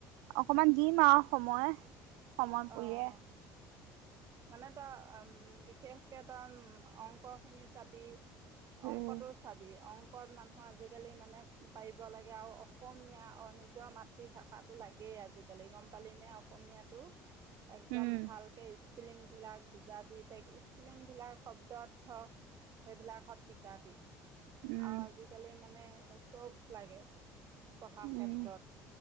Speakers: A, on the right; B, on the right.
A: অকমান দিম আ সময় সময় পুলিয়ে
B: অ মানে তই অম বিশেষকে তই উম অংকখিনি চাবি
A: উম।
B: অংকটো চাবি অংক চব মানুহৰ আজিকালি মানে পাৰিব লাগে আৰু অসমীয়া নিজৰ মাতৃভাষাটো লাগেই আজিকালি গম পালিনে, অসমীয়াটো। একদম
A: উম
B: ভালকে স্পিলিংবিলাক বুজাবি তাইক স্পিলিং বিলাক শব্দৰ্থ সেইবিলাকত শিকাবি।
A: উম
B: আও আজিকালি মানে চব লাগে পঢ়াৰ
A: উম
B: ক্ষেত্ৰত,